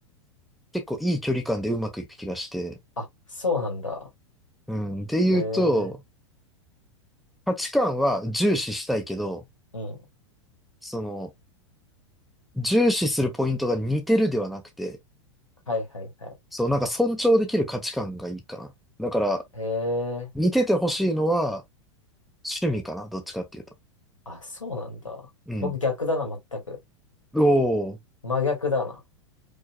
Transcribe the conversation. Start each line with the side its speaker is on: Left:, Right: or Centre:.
Centre: 結構いい距離感でうまくいく気がして。
Left: あ、そうなんだ。
Centre: うん。で言うと、
Left: へえ。
Centre: 価値観は重視したいけど、
Left: うん。
Centre: その、重視するポイントが似てるではなくて、
Left: はいはいはい。
Centre: そう、なんか尊重できる価値観がいいかな。だから、
Left: へえ。
Centre: 似ててほしいのは趣味かな。どっちかっていうと。
Left: あ、そうなんだ。
Centre: うん。
Left: 僕逆だな、全く。
Centre: おー、
Left: 真逆だな。